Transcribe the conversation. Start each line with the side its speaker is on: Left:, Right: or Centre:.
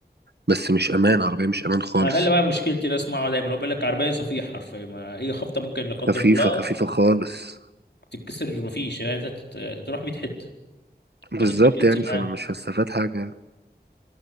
Right: بس مش امان عربية مش امان خالص
Left: ما ده اللي بقى مشكلتي ده اسمعه دايما هو بيقول لك عربيه صفيح حرفيا ما اي خبطه ممكن لا قدر
Right: خفيفة
Left: الله
Right: خفيفة خالص
Left: تتكسر ما فيش يعني انت تت- تروح 100 حته
Right: بالظبط
Left: فدي مشكلتي
Right: يعني
Left: معاه
Right: فانا مش هستفاد حاجة